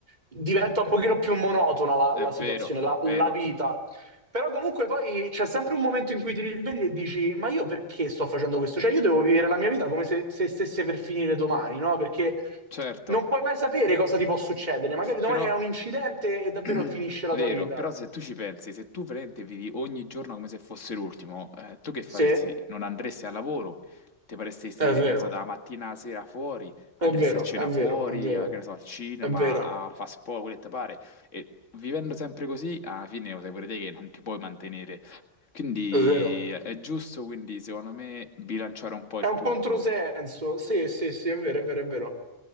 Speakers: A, on the right; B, on the left.
A: diventa un pochino più monotona la,
B: È
A: la
B: vero,
A: situazione,
B: è
A: la,
B: vero.
A: la vita. Però comunque poi c'è sempre un momento in cui ti risvegli e dici, ma io perché sto facendo questo? Cioè io devo vivere la mia vita come se, se stesse per finire domani, no? Perché
B: Certo,
A: non puoi mai sapere cosa ti può succedere. Magari domani
B: però,
A: è un incidente e davvero
B: <clears throat>
A: finisce la
B: vero,
A: tua vita.
B: però se tu ci pensi, se tu veramente vivi ogni giorno come se fosse l'ultimo, eh, tu che faresti?
A: Sì, è
B: Non andresti al lavoro, ti faresti stare,
A: vero,
B: che ne so, dalla mattina alla sera fuori, andresti
A: è vero,
B: a cena
A: è
B: fuori,
A: vero, è vero,
B: a- che ne so, al cinema,
A: è vero,
B: a fast food, quello che ti pare, e vivendo sempre così, alla fine lo sai pure te che non ti puoi mantenere. Quindi
A: è vero.
B: eh, è giusto, quindi, secondo me, bilanciare un po' il
A: È un
B: tutto.
A: controsenso. Sì, sì, sì, è vero, è vero, è vero.